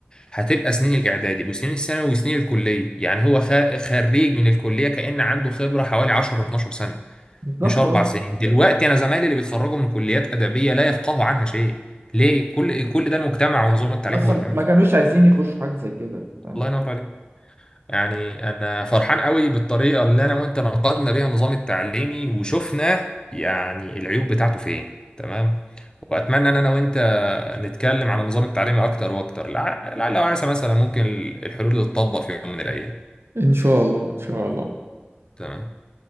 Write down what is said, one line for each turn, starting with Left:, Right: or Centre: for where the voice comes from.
Left: هتبقى سنين الاعدادي وسنين الثانوي وسنين الكليه يعني هو خ- خريج من الكليه كان عنده خبره حوالي 10 12 سنه
Right: بالظبط
Left: مش اربع
Right: اه
Left: سنين دلوقتي انا زمايلي اللي بيتخرجوا من كليات ادبيه لا يفقهوا عنها شيء ليه كل
Right: بالظبط
Left: كل ده المجتمع ونظام التعليم
Right: اصلا
Left: هو اللي عامل
Right: ما كانوش عايزين يخشوا حاجه زي كده فاهم
Left: الله ينور عليك يعني انا فرحان قوي بالطريقه اللي انا وانت نقدنا بيها النظام التعليمي وشفنا يعني العيوب بتاعته فين تمام واتمنى ان انا وانت نتكلم عن النظام التعليمي اكتر واكتر لع- لعل وعسى مثلا ممكن الحلول تتطبق في يوم من الايام
Right: ان شاء الله ان شاء الله
Left: تمام